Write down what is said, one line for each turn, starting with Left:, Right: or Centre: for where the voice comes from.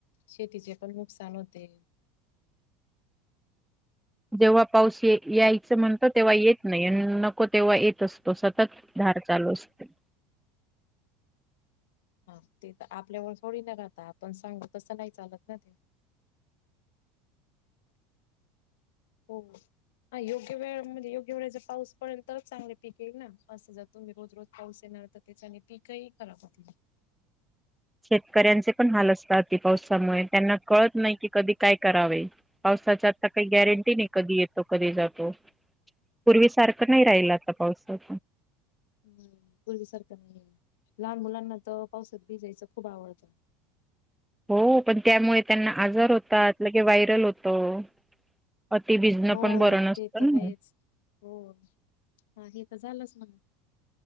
Left: शेतीचे पण नुकसान होते.
Centre: जेव्हा पाऊस यायचं म्हणतो तेव्हा येत नाही नको तेव्हा येत असतो सतत. धार चालू असते.
Left: हा तर आपल्यावर थोडी न राहता आपण सांगू तसं नाही चालत ना ते. हो. हा योग्य वेळ म्हणजे योग्य वेळे जर पाऊस पडेल तरच चांगले पिक येईल ना असं जर तुम्ही रोज रोज पाऊस येणार. तर त्याच्याने पीकही खराब होती
Centre: शेतकऱ्यांचे पण हाल असतात अति पावसामुळे त्यांना कळत नाही की कधी काय करावे. पाऊसाची आता काही गॅरंटी नाही कधी येतो कधी जातो. पूर्वी सारखं नाही राहिल आता पावसा-
Left: व्हय पूर्वीसारखं नाहीये, लहान मुलांना तर पावसात भिजायचं खूप आवडतं.
Centre: हो पण त्यामुळे त्यांना आजार होतात लगेच व्हायरल होतं. अति भिजणं
Left: हो
Centre: पण बरं नसतं
Left: ते तर
Centre: ना,
Left: आहेच. हो हा हे तर झालंच ना.